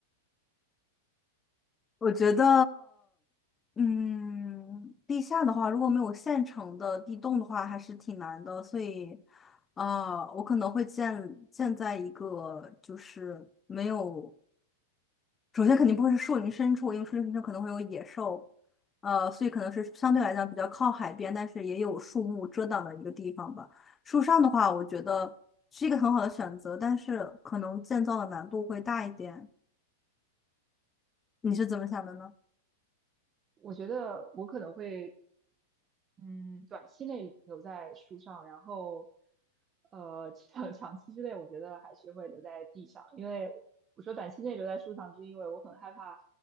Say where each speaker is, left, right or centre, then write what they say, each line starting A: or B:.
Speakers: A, on the left; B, on the right.
A: 我觉得，嗯，地下的话，如果没有现成的地洞的话，还是挺难的。所以，呃，我可能会建建在一个就是没有，首先肯定不会是树林深处，因为树林深处可能会有野兽，呃，所以可能是相对来讲比较靠海边，但是也有树木遮挡的一个地方吧。树上的话，我觉得是一个很好的选择，但是可能建造的难度会大一点。你是怎么想的呢？
B: 我觉得我可能会嗯，短期内留在树上，然后，呃，长长期之内，我觉得还是会留在地上。因为我说短期内留在树上，是因为我很害怕，